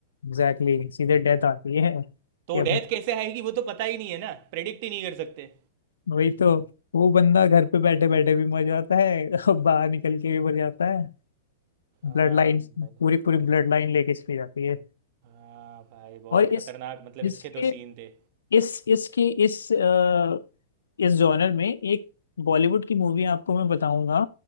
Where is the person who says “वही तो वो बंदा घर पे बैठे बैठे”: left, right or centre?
Left